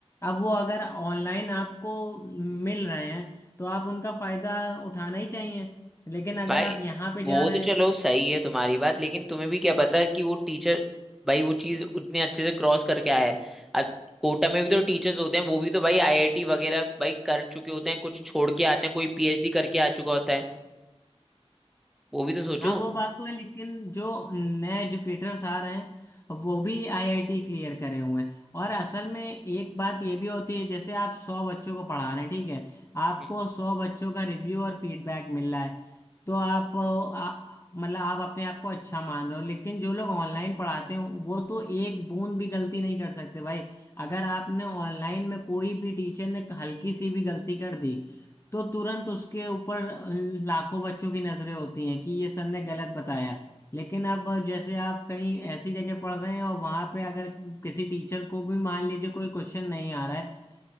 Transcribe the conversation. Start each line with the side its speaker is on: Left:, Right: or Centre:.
Left: अब वो अगर ऑनलाइन आपको मिल रहे हैं तो आप उनका फायदा उठाना ही चाहिए लेकिन अगर
Centre: भाई
Left: आप यहाँ पे
Centre: वो
Left: जा रहे
Centre: तो
Left: हैं
Centre: चलो सही है तुम्हारी बात लेकिन तुम्हें भी क्या पता कि वो टीचर भाई वो चीज उतने अच्छे से क्रॉस करके आया है अब कोटा में भी तो टीचर्स होते हैं वो भी तो भाई आईआईटी वगैरह भाई कर चुके होते हैं कुछ छोड़ के आते हैं कोई पीएचडी करके आ चुका होता है वो भी तो सोचो
Left: हाँ वो बात तो है लेकिन जो नए एजुकेटर्स आ रहे हैं वो भी आईआईटी क्लियर करे हुए हैं और असल में एक बात ये भी होती है जैसे आप सौ बच्चों को पढ़ा रहे हैं ठीक है आपको
Centre: हम्म।
Left: सौ बच्चों का रिव्यू और फीडबैक मिल रहा है तो आप अ, आ, मतलब आप अपने आप को अच्छा मान रहे हो लेकिन जो लोग ऑनलाइन पढ़ाते हो वो तो एक बूंद भी गलती नहीं कर सकते भाई अगर आपने ऑनलाइन में कोई भी टीचर ने हल्की सी भी गलती कर दी तो तुरंत उसके ऊपर लाखों बच्चों की नजरें होती हैं कि ये सर ने गलत बताया लेकिन अब जैसे आप कहीं ऐसी जगह पढ़ रहे हैं और वहां पे अगर किसी टीचर को भी मान लीजिए कोई क्वेश्चन नहीं आ रहा है